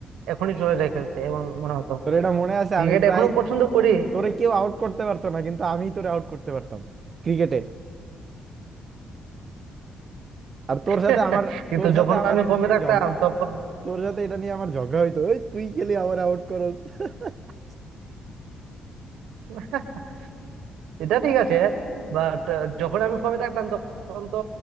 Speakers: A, on the right; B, on the right.
A: এখনই চলে যায় খেলতে এমন মনে হতো
B: তোর এটা মনে আছে
A: ক্রিকেট
B: আমি প্রায়
A: এখনো পছন্দ করি
B: তোরে কেউ আউট করতে পারতো না কিন্তু আমি তোরে আউট করতে পারতাম ক্রিকেটে আর
A: <laughs>
B: তোর সাথে আমার
A: কিন্তু
B: তোর সাথে
A: যখন
B: আমার
A: আমি
B: এটা
A: ফর্মে
B: নিয়ে
A: থাকতাম
B: ঝগড়া
A: তখন
B: তোর সাথে এটা নিয়ে আমার ঝগড়া হইতো ওই তুই খেলি আমার আউট করস <laughs>
A: <laughs> এটা ঠিক আছে বাট যখন আমি ফর্মে থাকতাম তখন তো